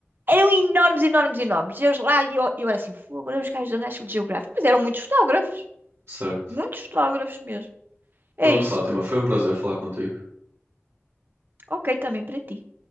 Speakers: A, on the right; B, on the right.
A: eram enormes, enormes, enormes. E eles lá, e eu, eu era assim, fogo, olha os gajos da National Geographic. Mas eram muitos fotógrafos,
B: Certo.
A: muitos fotógrafos mesmo. É
B: Pronto,
A: isso.
B: Fátima, foi um prazer falar contigo.
A: Ok, também para ti.